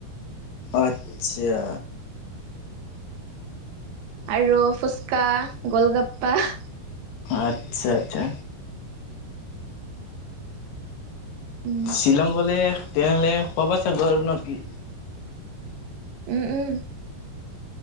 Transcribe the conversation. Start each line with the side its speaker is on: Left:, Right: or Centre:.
Left: আচ্ছা,
Right: আৰু ফুচকা গোলগাপ্পা হা,
Left: আচ্ছা আচ্ছা,
Right: উম
Left: শ্বিলং গলে তেনেহলে খোৱা বোৱা চব হব ন কি?
Right: উম উম